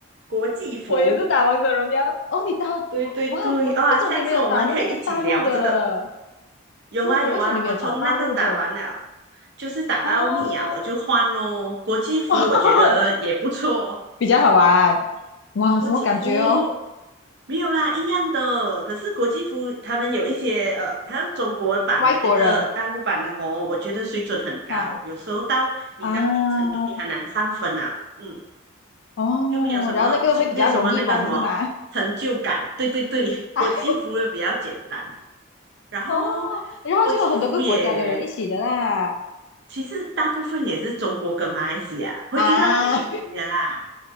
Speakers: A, on the right; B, on the left.
A: 国际服，
B: 我也是打《王者荣耀》。哦，你打？哦哇，
A: 对对对，
B: 国，
A: 哇，
B: 为什么你没有打那个大陆的？
A: 下次我们可以一起聊这个。有啊有啊，
B: 是，为什么你没有打大陆的？
A: 我从那个打完了，就是打到腻啊，
B: 哦，
A: 我就换咯。国际服我觉得也不错哦，
B: <laughs> 比较好玩。哇，
A: 国际服
B: 什么感觉哦？
A: 没有啦，一样的。可是国际服他们有一些呃，好像中国版的那个大陆版的吼，
B: 外国人
A: 我觉得水准很高，
B: 哈。
A: 有时候到你到一定程度你很难上分啊。
B: 啊，
A: 嗯，
B: 哦，
A: 就没有什么没有什么那个什么成就感。
B: 然后那个会比较容易玩是吗？
A: 对对对，<laughs> 国际服也比较简单，
B: <laughs>
A: 然后国际服也
B: 哦，然后就有很多个国家的人一起的啦，
A: 其实大部分也是中国跟马来西亚会遇到一些印尼的啦，
B: 啊，<laughs> 差